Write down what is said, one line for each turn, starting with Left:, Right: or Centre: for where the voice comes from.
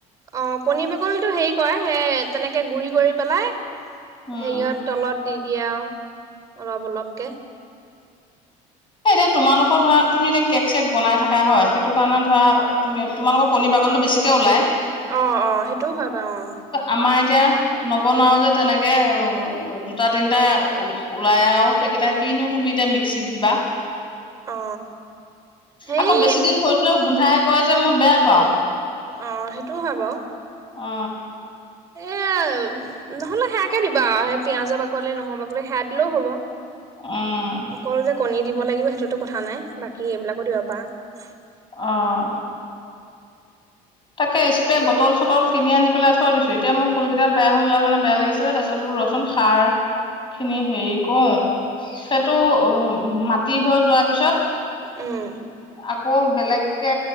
Right: অ কণী বাকলিটো হেৰি কয় সেই তেনেকে গুৰি কৰি পেলাই হেৰিয়ত
Left: উম
Right: তলত দি দিয়া আৰু অলপ অলপকে।
Left: এ এতিয়া তোমালোকৰ ধৰা তুমি এতিয়া কেক চেক বনাই থাকা হয় সেইটো কাৰণে ধৰা তুমি তোমালোকৰ কণী বাকলিটো বেছিকে ওলাই।
Right: অ অ সেইটোও হয় বাৰু অ।
Left: আমাৰ এতিয়া নবনাও যে তেনেকে দুটা তিনটা ওলাই আৰু সেইকেইটা কিনো তুমি এতিয়া মিক্সিত দিবা।
Right: অ সেই
Left: আকৌ বেছি দিন থৈ দিলেও গোন্ধাই। কয় যে মই বেয়া পাওঁ।
Right: অ সেইটোও হয় বাৰু।
Left: অ
Right: এ নহলে সেয়াকে দিবা আৰু সেই পিয়ঁয়াজৰ বাকলি, নহৰু বাকলি সেয়া দিলেও হ'ব।
Left: উম
Right: অকল যে কণী দিব দিব লাগিব সেইটোতো কথা নাই বাকী এইবিলাকো দিব পাৰা।
Left: উম তাকে স্প্ৰে বটল-চটল কিনি আনি পেলাই থৈ দিছো, এতিয়া মোৰ ফুল কেইডাল বেয়া হৈ যোৱা কাৰণে বেয়া লাগিছে যে তাৰপিছত বুলো ৰচুন সাৰখিনি হেৰি কৰো সেইটো উ মাটি হৈ যোৱাৰ পিছত
Right: উম
Left: আকৌ বেলেগ কে